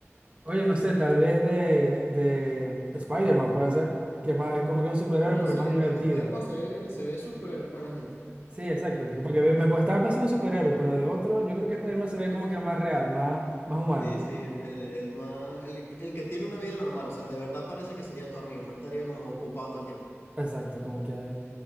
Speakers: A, on the right (about 25°); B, on the left (about 60°).
A: Oye, no sé, tal vez de, de Spider-Man puede ser, que es más, es como que un superhéroe,
B: Coño,
A: pero
B: sí,
A: es más
B: Sp-
A: divertido.
B: Spider-Man se ve, se ve súper buena gente.
A: Sí, exacto, porque me, me- pues, estaba pensando en superhéroe, pero de otro, yo creo que Spider-Man se ve como que más real, más, más humano.
B: Sí, sí, el, el, el más, el, el que tiene una vida normal, o sea, de verdad parece que sería tu amigo, no estaría como ocupado todo el tiempo.
A: Exacto, como que eh,